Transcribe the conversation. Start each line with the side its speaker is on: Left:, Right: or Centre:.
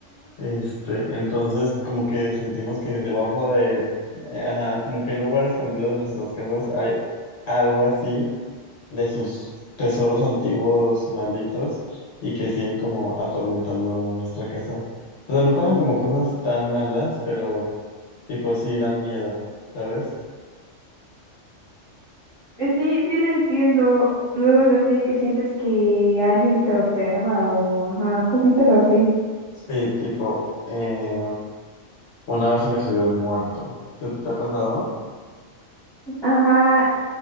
Left: Este, entonces como que sentimos que debajo de, ajá, como que en un lugar escondido de nuestras casas hay algo así de sus tesoros antiguos malditos y que siguen como atormentando nuestra casa. O sea, no pasan como cosas tan malas, pero tipo sí dan miedo, ¿sabes?
Right: Eh, Sí, sí lo entiendo. Luego es así de que sientes que alguien te observa o ajá, cositas así.
Left: Sí, tipo, eh, una vez se me subió el muerto. ¿Se te ha pasado?
Right: Ajá,